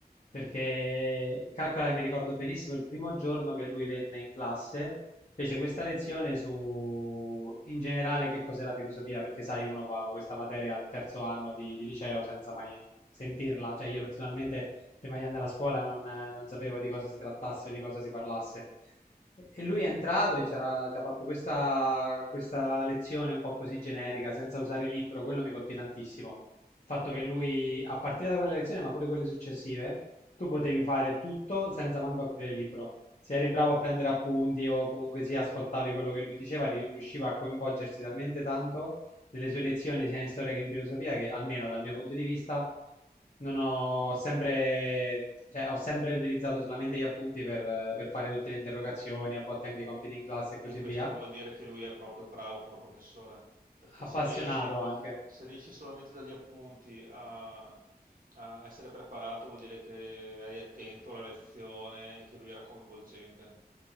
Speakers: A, on the left; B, on the right.
A: perché calcola che mi ricordo benissimo il primo giorno che lui venne in classe, fece questa lezione su in generale che cos'è la filosofia, perché sai, uno fa questa materia al terzo anno di, di liceo senza mai sentirla. Cioè io personalmente prima di andare a scuola non non sapevo di cosa si trattasse o di cosa si parlasse. E lui è entrato e c'era- ci ha fatto questa, questa lezione un po' così generica, senza usare il libro, quello mi colpì tantissimo. Il fatto che lui, a partire da quella lezione, ma pure quelle successive, tu potevi fare tutto senza manco aprire il libro. Se eri bravo a prendere appunti o comunque sia ascoltavi quello che lui diceva, ri- riusciva a coinvolgersi talmente tanto nelle sue lezioni, sia in storia che in filosofia, che almeno dal mio punto di vista non ho sempre, cioè, ho sempre utilizzato solamente gli appunti per, eh, per fare tutte le interrogazioni, a volte anche i compiti in classe e così
B: E questo
A: via.
B: vuol dire che lui è proprio bravo come professore, perché
A: Appassionato
B: se riesci,
A: anche.
B: se riesci solamente dagli appunti a, a essere preparato, vuol dire che eri attento alla lezione e che lui era coinvolgente.